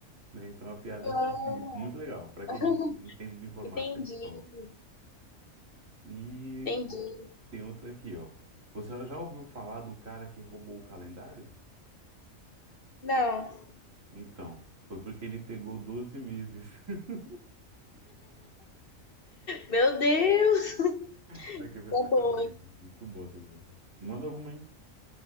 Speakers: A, on the right; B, on the left.
A: né? Então a piada é
B: Ah,
A: sobre isso. Muito legal. Para quem
B: <laughs>
A: entende de informática,
B: entendi.
A: é top. E
B: Entendi.
A: tem outra aqui, ó. Você já ouviu falar do cara que roubou o calendário?
B: Não.
A: Então, foi porque ele pegou 12 meses. <laughs>
B: Meu Deus! <laughs>
A: Isso aqui foi
B: Tá
A: sacanagem.
B: bom, hein?
A: Muito bom isso aqui. Manda alguma, hein?